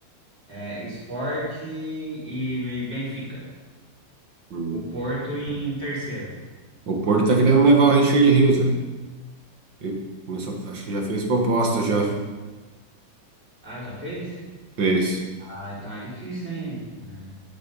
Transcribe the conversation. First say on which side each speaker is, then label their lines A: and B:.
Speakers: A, on the right; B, on the right.
A: É, Sport e Benfica.
B: Hum.
A: O Porto em terceiro.
B: O Porto tá querendo levar o Richard Rios, velho. Ele Começou, acho que já fez proposta, já
A: Ah, já fez?
B: fez.
A: Ah, então é difícil, hein? É,